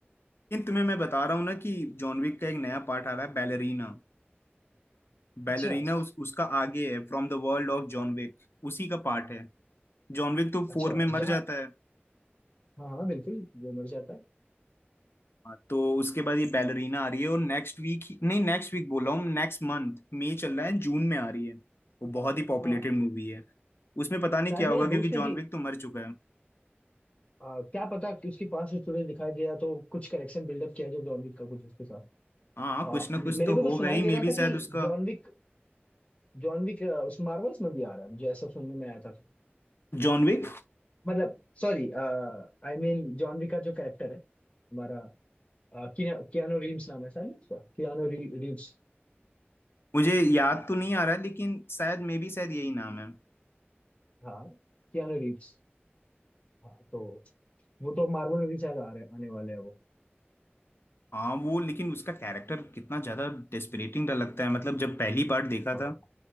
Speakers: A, on the left (about 70°); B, on the left (about 35°).
A: तुम्हें मैं बता रहा हूँ ना कि जॉन विक का एक नया पार्ट आ रहा है बैलरीना बैलरीना
B: अच्छा
A: उस उसका आगे है from the world of John Wick उसी का पार्ट है जॉन विक तो
B: अच्छा
A: फोर में मर
B: जहाँ
A: जाता है
B: हाँ हाँ बिल्कुल जो मर जाता है
A: हाँ, तो उसके बाद ये बैलरीना आ रही है और नेक्स्ट वीक नहीं नेक्स्ट वीक बोल रहा हूँ नेक्स्ट मंथ मई चल रहा है जून में आ रही है वो बहुत ही पॉपुलेटेड
B: हाँ
A: मूवी है उसमें पता नहीं
B: शायद
A: क्या
B: मेरे
A: होगा
B: दोस्त
A: क्योंकि
B: ने
A: जॉन
B: भी
A: विक तो मर चुका है
B: आ, क्या पता कि उसके पास स्टोरेज दिखाई दे या तो कुछ कनेक्शन बिल्डअप किया जो जॉन विक का कुछ उसके साथ
A: हाँ
B: आ,
A: कुछ ना
B: मेरे
A: कुछ तो
B: को तो
A: होगा
B: सुनाई
A: ही
B: दे
A: मे
B: रहा
A: बी
B: था
A: शायद
B: कि
A: उसका
B: जॉन विक जॉन विक आ, उस मार्वल्स में भी आ रहा है मुझे ऐसा सुनने में आया था
A: John Wick
B: मतलब sorry I mean John Wick का जो कैरेक्टर है हमारा आ, किया- कियानो रीव्स नाम है शायद ना उसका कियानो री, रीव्स
A: मुझे याद तो नहीं आ रहा है लेकिन शायद मे बी शायद यही नाम है
B: हाँ कियानो रीव्स हाँ तो वो तो मार्वल में भी शायद आ रहे आने वाले हैं वो
A: हाँ वो लेकिन उसका कैरेक्टर कितना ज्यादा डेस्परेटिंग लगता है मतलब जब पहली बार देखा
B: हाँ
A: था